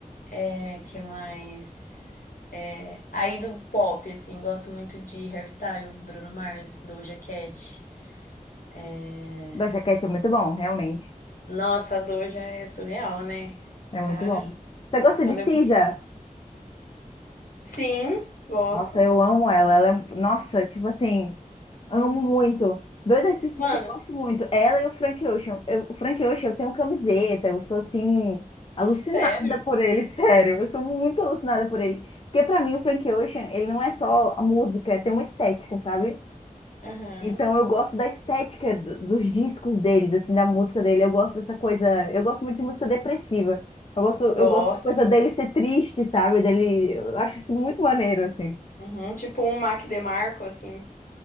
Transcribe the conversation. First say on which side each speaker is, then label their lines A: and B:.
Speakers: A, on the left (about 75°); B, on the left (about 40°).
A: É, que mais? É, aí do pop, assim, gosto muito de Hairstyles, Bruno Mars, Doja Cat. É,
B: Da jaquete é muito bom, realmente.
A: Nossa, a Doja é surreal, né?
B: É
A: Cara,
B: muito bom. Você gosta
A: quando
B: de Cisa?
A: eu conheci. Sim, gosto.
B: Nossa, eu amo ela. Ela é, um, nossa, tipo assim, amo muito. Dois artistas
A: Mano,
B: que eu gosto muito, ela e o Frank Ocean. Eu- o Frank Ocean, eu tenho camiseta, eu sou assim alucinada
A: sério?
B: por ele, <laughs> sério. Eu sou muito alucinada por ele, porque pra mim o Frank Ocean, ele não é só a música, tem uma estética, sabe?
A: Aham.
B: Então eu gosto da estética do- dos discos deles, assim, da música dele. Eu gosto dessa coisa, eu gosto muito de música depressiva. Eu gosto, eu
A: Gosto.
B: gosto da coisa dele ser triste, sabe? Dele, eu acho isso muito maneiro, assim.
A: Uhum, tipo um Mac DeMarco, assim.